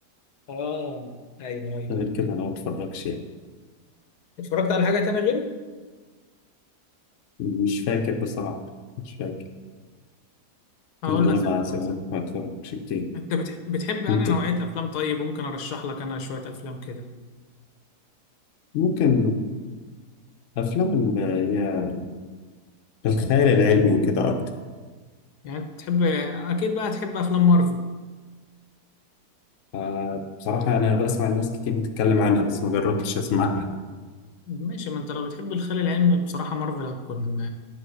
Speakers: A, on the left; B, on the left.
A: اه ايوه ايوه
B: غير كده أنا ما اتفرجش يعني
A: اتفرجت على حاجه تاني غيره
B: مش فاكر بصراحة مش فاكر
A: هقول
B: إن
A: لك
B: أنا ما زي
A: مثلا
B: ما بقولك ما اتفرجش كتير
A: انت بتح- بتحب انهي
B: كنت
A: نوعيه افلام طيب ممكن ارشح لك انا شويه افلام كده
B: ممكن أفلام اللي هي الخيال العلمي وكده أكتر
A: يعني أنت تحب أكيد بقى تحب أفلام مارفل
B: آه، بصراحة أنا بسمع الناس كتير بتتكلم عنها بس ما جربتش أسمعها
A: ماشي ما أنت لو بتحب الخيال العلمي بصراحة مارفل هتكون